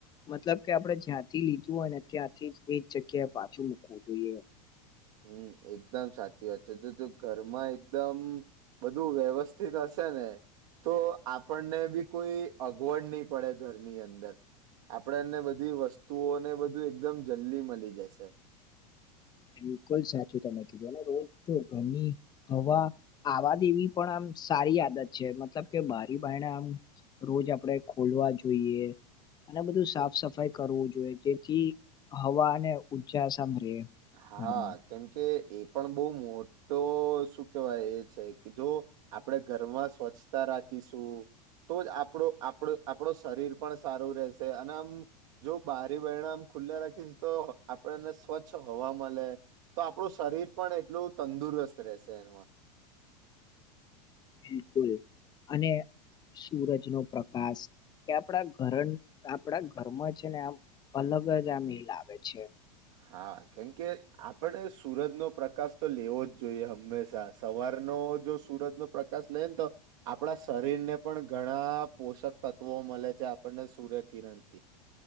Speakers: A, on the left; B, on the right.
A: મતલબ કે આપણે જ્યાંથી લીધું હોય, ને ત્યાંથી એ જ જગ્યાએ પાછું, મૂકવું જોઈએ
B: હમ, એકદમ સાચી વાત છે, તો જો ઘરમાં એકદમ બધું વ્યવસ્થિત હશે, ને તો આપણને બી કોઈ અગવડ નહી, પડે ઘરની અંદર આપણે એને બધી વસ્તુઓને, બધું એકદમ જલ્દી મળી જશે
A: બિલકુલ સાચું, તમે કીધું અને રોજ ગરમી હવા, આવા દ એવી પણ આમ સારી આદત છે, મતલબ કે બારી ભાઈ આમ રોજ આપણેે ખોલવા જોઈએ અને બધું સાફ સફાઈ કરવું જોઈએ, જેથી હવા અને ઉર્જા સાંભળે
B: હા
A: ઘરમાં
B: કેમ કે એ પણ બો મોટો શું કેવાય એ છે કે જો આપડે ઘરમાં સ્વચ્છતા રાખીશું તો જ આપડો આપ આપણો શરીર પણ સારું રહેશે અને આમ જો બારી વણમ ખુલ્લા રાખીશ તો આપણને સ્વચ્છ સ્વચ્છ હવા મલે તો આપણું શરીર પણ એટલું તંદુરસ્ત રહેશે એમાં
A: બિલકુલ અને સુૂરજ નો પ્રકાશ કે આપણા ઘરન આપડા ઘરમાં છે ને આમ અલગ જ આ મેિલ આવે છે.
B: હા કેમકે આપણે સુરજ નો પ્રકાશ તો લેવો જ જોઈએ હંમેશા સવાર જો સુરજનો પ્રકાશ લે ને તો આપણા શરીર ને પણ ઘણા પોષક તત્વો મળે છે આપણને સૂર્ય કિરણ થી